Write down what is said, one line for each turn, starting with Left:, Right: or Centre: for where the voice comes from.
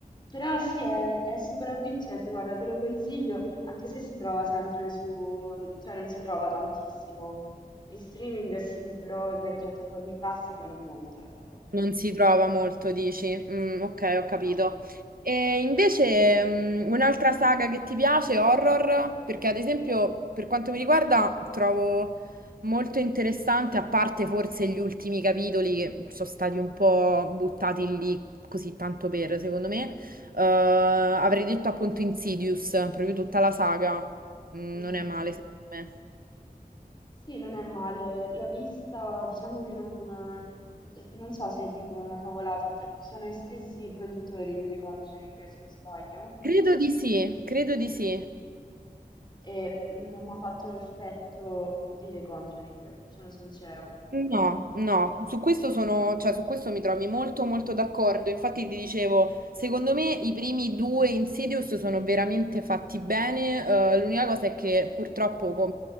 Left: Però sì, è, è super avvincente, guarda, te lo consiglio, anche se si trova sempre su, cioè non si trova tantissimo. In streaming sì, però nelle piattaforme classiche non molto, ecco.
Right: Non si trova molto, dici? Mm, ok, ho capito.
Left: No.
Right: E invece mm, un'altra saga che ti piace, horror? Perché ad esempio, per quanto mi riguarda, trovo molto interessante, a parte forse gli ultimi capitoli che sono stati un po' buttati lì così tanto per, secondo me, eh, avrei detto appunto Insidious, proprio tutta la saga. Mm,
Left: Mhm.
Right: non è male, secondo me.
Left: Sì, non è male. L'ho vista, diciamo che non, non so se dico una cavolata, d- sono gli stessi produttori di The Conjuring, se non sbaglio.
Right: Credo di sì, credo di sì.
Left: Mm. E non mi ha fatto l'effetto di The Conjuring, sono sincera.
Right: No, no, su questo sono, cioè, su questo mi trovi molto molto d'accordo. Infatti ti dicevo, secondo me i primi due Insidious sono veramente fatti bene. eh, l'unica cosa è che purtroppo
Left: Sì.
Right: com-